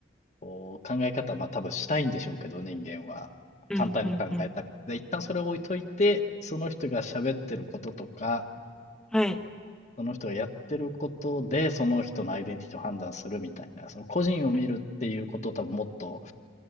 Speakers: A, on the left; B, in the centre.
A: こう考え方、まあ多分したいんでしょうけど、人間は。
B: うん、
A: 簡単に考えたくて。
B: うん、うん、うん、
A: で一旦それを置いといて、その人が喋ってることとか、
B: はい。
A: その人がやってることで、その人のアイデンティティを判断するみたいな、その個人を見るっていうことを多分もっと
B: うん、